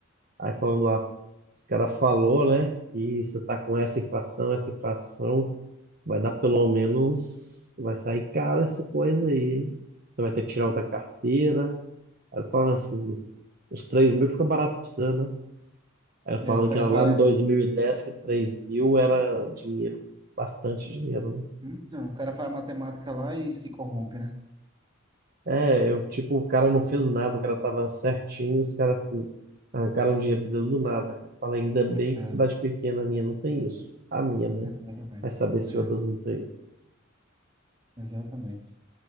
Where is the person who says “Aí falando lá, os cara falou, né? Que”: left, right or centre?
Right